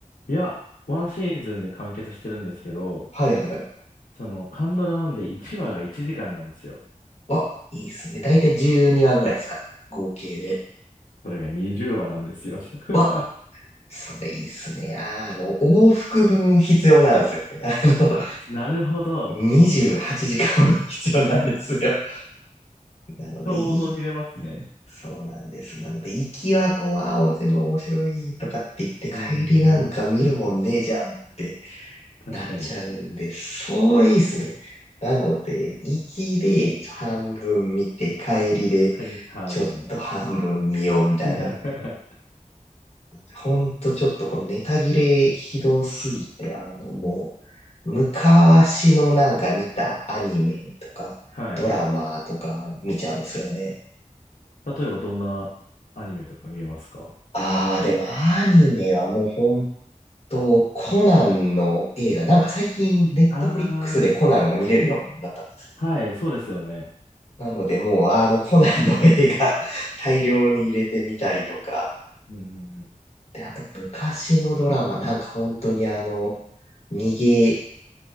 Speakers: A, on the left (about 80°); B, on the left (about 50°).
A: いや、ワンシーズンで完結してるんですけど、
B: はいはいはい。
A: その、カンドラなんで1話が1時間なんですよ。
B: わ、いいっすね。だいたい12話ぐらいですか合計で。
A: それが20話なんですよ。<laughs>
B: わ、それいいっすね。あーあの、往復分必要なんですよね。<laughs> あの、
A: あ、なるほど。
B: 28時間分 <laughs> 必要なんですよ。
A: <laughs>
B: なので、
A: ちょうど見れますね。
B: いい。そうなんです。なので、行きはこう、あ全部面白いとかって言って、帰りなんか見るもんねえじゃんって
A: うーん、確かに。
B: なっちゃうんで、それいいっすね。なので、行きでちょ半分見て、帰りで
A: 毎日半分。
B: ちょっと半分見ようみたいな。
A: <laughs>
B: ほんとちょっとこのネタ切れひどすぎて、あのも
A: うん
B: う、昔のなんか見たアニメとか、
A: はい。
B: ドラマとか見ちゃうんですよね。
A: 例えばどんなアニメとか見えますか
B: ああ、でもアニメはもうほんと、コナンの映画、なんか最近ネットフリックスでコナンが見れるようになったんですよ。
A: ああー、はい、そうですよね。
B: なのでもうあのコナンの映画 <laughs> 大量に入れてみたりとか、
A: うんうんうん。
B: で、あと昔のドラマ、なんか本当にあの、逃げ